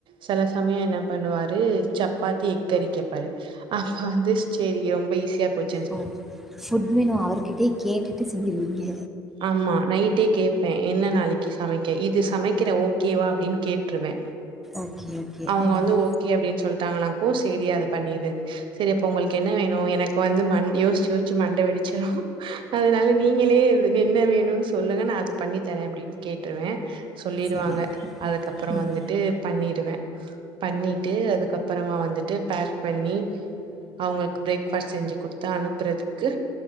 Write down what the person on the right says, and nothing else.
செல சமய என்ன பண்ணுவாரு சப்பாத்தி எக்கரி கேப்பாரு அப்ப வந்து செரி ரொம்ப ஈஸியா போச்
ஆமா நைட்டே கேட்பேன் என்ன நாளைக் கி சமைக்க இது சமைக்கிற ஓகேவா அப்டின்னு கேட்ருவே
அவ்ங்க
வந்து ஓகே அப்டின் சொல்ட்டாங்கனா சேரி அத பண்ணிரது செரிப்போ உங்களுக்கு என்ன வேணு எனக்கு வந்து யோஸ்சூ யோஸ்சூ மண்ட வெடிச்சிடு அதனால நீங்களே இது என்ன வேணுன் சொல்லுங்க நா அத பண்ணி தரே அப்டின் கேட்டுருவே சொல்லிருவாங்க
அதுக்கப்புற
வந்துட்டு பண்ணிருவே பண்ணிட்டு அதுக்கப்புறமா வந்துட்டு பேக் பண்ணி அவ்ங்களுக்கு பிரேக் பாஸ்ட் செஞ்சு குடுத்து அனுப்புறதுக்கு